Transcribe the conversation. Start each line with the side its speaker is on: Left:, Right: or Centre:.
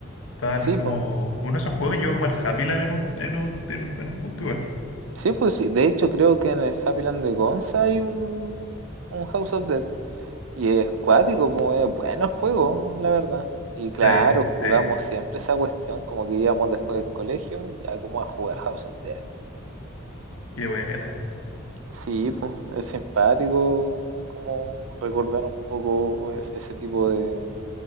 Left: estaban
Right: sí,
Left: como.
Right: po.
Left: Uno de esos juegos llegó como al Happy Land en un, en un, en un, en un punto igual.
Right: Sí, pues sí. De hecho, creo que en el Happyland de Gonza hay un, un House of Dead. Y es cuático, pues es bueno el juego, la verdad. Y claro,
Left: Sí,
Right: jugamos
Left: sí.
Right: siempre esa cuestión, como que íbamos después del colegio, ya como a jugar House of Dead.
Left: Qué buena.
Right: Sí, pues, es simpático como recordar un poco es- ese tipo de,